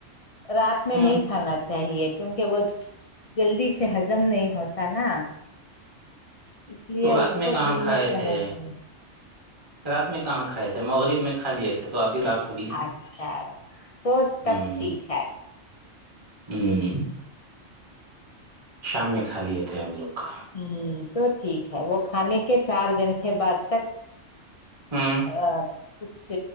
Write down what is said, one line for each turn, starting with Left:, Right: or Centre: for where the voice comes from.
Left: رات میں
Right: ہ
Left: نہیں کھانا چاہیے کیونکہ وہ جلدی سے ہزم نہیں ہوتا نا اس لیے
Right: تو رات
Left: اس کو
Right: کہاں
Left: دن
Right: کھائے
Left: میں کہنا
Right: تھے
Left: چاہیے
Right: رات میں کہاں کھائے تھے مغرب میں کھا لیے تھے تھے تو ابھی رات ہوگئی نا
Left: اچھا تو
Right: ہ
Left: تب ٹھیک ہے
Right: ہوں شام میں کھا لیے تھے ہم لوگ کا
Left: ہ تو ٹھیک ہے وہ کھانے کے چار گھنٹے بعد تک
Right: ہ
Left: ا کچھ